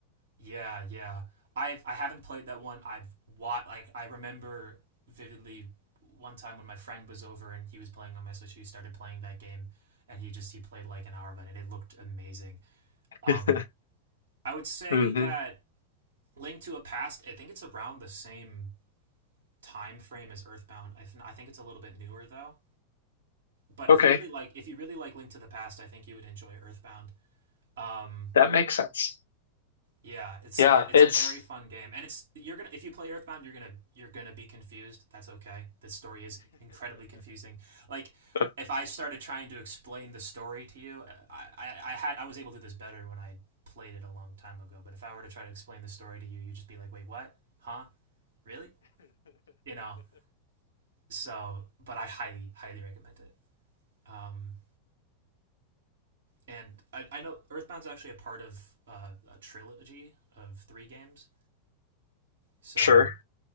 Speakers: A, on the right; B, on the left.
A: Yeah, yeah. I've I haven't played that one. I've watched like I remember vividly one time when my friend was over and he was playing on my Switch. He started playing that game and he just he played like an hour of it and it looked amazing.
B: <laughs>
A: Um, I would say
B: hmm
A: that Link to a Past. I think it's around the same time frame as Earthbound. I, th- I think it's a little bit newer though. But
B: Okay,
A: if you really like if you really like Link to the Past, I think you would enjoy Earthbound. Um,
B: that makes sense.
A: Yeah, it's
B: Yeah,
A: a it's
B: it's
A: a very fun game, and it's you're gonna if you play Earthbound, you're gonna you're gonna be confused. That's okay. The story is incredibly confusing. Like
B: <laughs>
A: if I started trying to explain the story to you, uh, I, I, I had I was able to do this better when I played it a long time ago. But if I were to try to explain the story to you, you'd just be like, "Wait, what? Huh? Really?" You know. So, but I highly highly recommend it. Um, and I, I know Earthbound's actually a part of uh, a trilogy of three games. So
B: sure.